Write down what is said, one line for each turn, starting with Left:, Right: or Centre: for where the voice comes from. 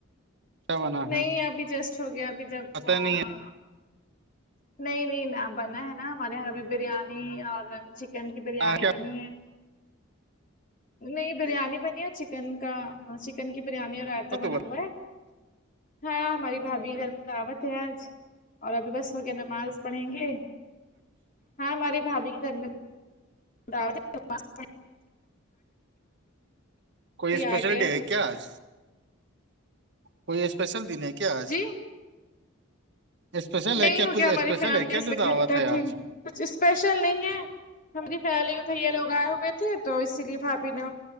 Right: کیا بنا
Left: نہیں
Right: ہے
Left: ابھی جسٹ ہو گیا ابھی جب
Right: پت
Left: وہاں
Right: نہیں
Left: نہیں نہیں بنا ہے نا ہمارے یہاں ابھی بریانی اور چک چکن کی
Right: ہے
Left: بریانی
Right: کیا
Left: بنی ہے نہیں بریانی بنی ہے چکن کا چکن کی بریانی اور رائتا
Right: تو
Left: بنا
Right: بت
Left: ہوا ہے ہاں ہماری بھاابھی گھر میں دعوت ہے آج اور ابھی بس ہو نماز پڑھیں گے ہاں ہماری بھابھی کے گھر میں <unintelligible> کے
Right: کوئی اسپیشل
Left: لیے آ گیا
Right: ڈ ہے کیا آج کوئی اسپیشل دن ہے کیا آج
Left: جی
Right: اسپیشل
Left: نہیں
Right: ہے کیا
Left: ہو
Right: کچھ
Left: گیا ہماری
Right: اسپیشل
Left: فیملی
Right: ہے کیا جو دعوت
Left: اکٹھا
Right: ہے
Left: تھی
Right: آج
Left: کچھ اسپیشل نہیں ہے ہماری فیملی میں بھیا لوگ آئے ہوئے تھے تو اسی لیے بھابھی نے